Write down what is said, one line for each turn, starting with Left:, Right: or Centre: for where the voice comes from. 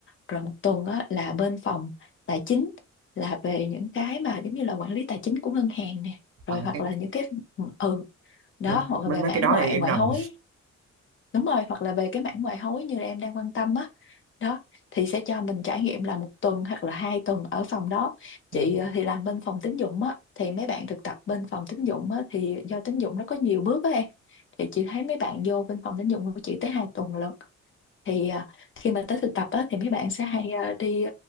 Left: rồi một tuần á, là bên phòng tài chính là về những cái mà giống như là quản lý tài chính của ngân hàng nè rồi
Right: Ờ,
Left: hoặc
Right: cái
Left: là những cái ừ đó
Right: mấy,
Left: hoặc là
Right: mấy
Left: về
Right: mấy
Left: mảng
Right: cái đó
Left: ngoại
Right: thì em
Left: ngoại
Right: rành
Left: hối đúng rồi hoặc là về cái mảng ngoại hối như em đang quan tâm á đó thì sẽ cho mình trải nghiệm là một tuần hoặc là hai tuần ở phòng đó chị
Right: Ừ. <laughs>
Left: ờ, thì làm bên phòng tín dụng á thì mấy bạn thực tập bên phòng tín dụng á thì do tín dụng nó có nhiều bước á em thì chị thấy mấy bạn vô bên phòng tín dụng của chị tới hai tuần lận thì ờ, khi mà tới thực tập á thì mấy bạn sẽ hay ờ, đi